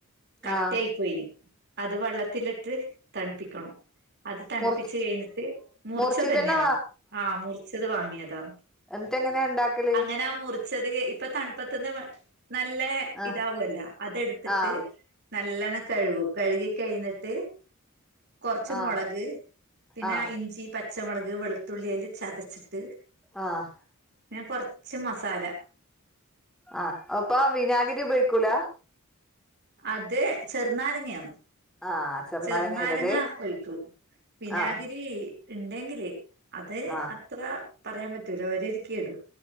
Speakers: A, on the right; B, in the centre.
A: കട്ടേയി
B: ആഹ്
A: പോയിന് അത് വെള്ളത്തിലിട്ട് തണുപ്പിക്കണം അത് തണുപ്പിച്ച്
B: മുറിച്ച്
A: കഴിഞ്ഞിട്ട് മുറിച്ച
B: മുറിച്ചിട്ടന്നെ
A: തന്നെയാണ്
B: വാ
A: ആഹ് വാങ്ങിയതാ
B: എന്നിട്ട് എങ്ങനെയാ ഇണ്ടാക്കല്
A: അങ്ങനെ ആ മുറിച്ചത് ഇപ്പൊ തണുപ്പത്തന്ന് നല്ല
B: ആഹ്
A: ഇതാവല്ല അതെടുത്തിട്ട്
B: ആഹ്
A: നല്ലവണ്ണം കഴുകും കഴുകി കഴിഞ്ഞിട്ട് കുറച്ച്
B: ആഹ്
A: മുളക് പിന്നെ
B: ആഹ്
A: ഇഞ്ചി പച്ചമുളക് വെളുത്തുള്ളിയെല്ലാം ചതച്ച് ച്ചതച്ചിട്ട്
B: ആഹ്
A: പിന്നെ കുറച്ച് മസാല
B: ആഹ് അപ്പ വിനാഗിരി ഉപയ്ക്കൂല
A: അത് ചെറുനാരങ്ങയാണ്
B: ആഹ് ചെറുനാരങ്ങ
A: ചെറ്നാരങ്ങ
B: ഇടല്
A: ഒയ്ക്കും വിനാഗിരി
B: ആഹ്
A: ഉണ്ടെങ്കില് അത്
B: ആഹ്
A: അത്ര പറയാൻ പറ്റൂല അവരൊരിക്ക ഇടും